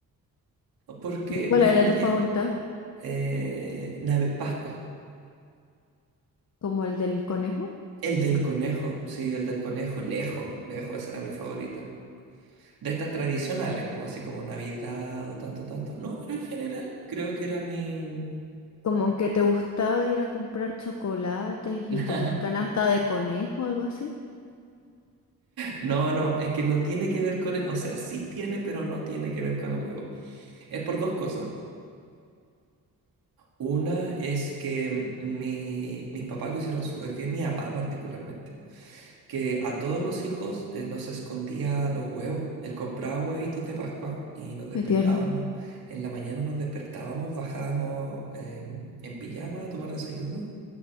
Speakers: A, on the right; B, on the left.
A: porque
B: ¿Cuál
A: mi
B: era
A: familia,
B: tu favorita?
A: eh, nave- Pascua,
B: ¿Como el del conejo?
A: el del conejo, sí, el del conejo, lejos, lejos, esa era mi favorita. de estas tradicionales, pues así como Navidad o tanto, tanto. No, pero en general creo que era mi...
B: Como que te gustaba ir a comprar chocolates
A: <laughs>
B: y tener canasta de conejo, algo así.
A: No, no, es que no tiene que ver con el... O sea, sí tiene, pero no tiene que ver con el huevo. Es por dos cosas. Una es que mm, mi- mis papás lo hicieron súper bien, mi papá particularmente. Que a todos los hijos eh, nos escondía los huevos. Él compraba huevitos de Pascua y nos despertábamos.
B: Qué tierno.
A: En la mañana nos despertábamos, bajábamos em, en pijama a tomar desayuno